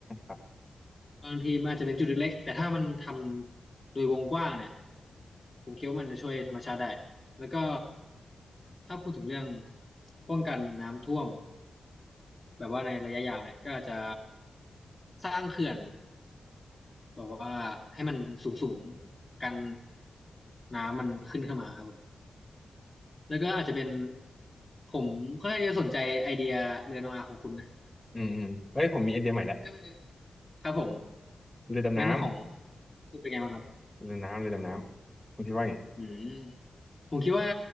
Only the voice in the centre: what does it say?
ครับ
อืมอืมเอ้ยผมมีไอเดียใหม่แล้ว
เรือดำน้
ำเรือดำน้ำเรือดำน้ำคุณคิดว่าไง